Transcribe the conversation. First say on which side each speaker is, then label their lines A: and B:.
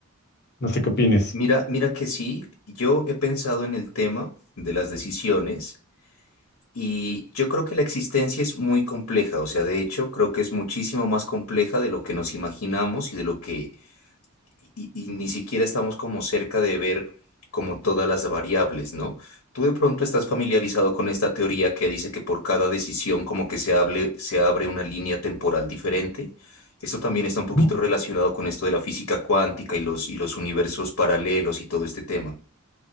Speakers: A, on the left; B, on the left.
A: No sé qué opines.
B: Mira, mira que sí, yo he pensado en el tema de las decisiones Y yo creo que la existencia es muy compleja, o sea, de hecho, creo que es muchísimo más compleja de lo que nos imaginamos y de lo que y, y ni siquiera estamos como cerca de ver como todas las variables, ¿no? Tú de pronto estás familiarizado con esta teoría que dice que por cada decisión como que se hable, se abre una línea temporal diferente. Esto también está un poquito
A: Ujú.
B: relacionado con esto de la física cuántica y los, y los universos paralelos y todo este tema.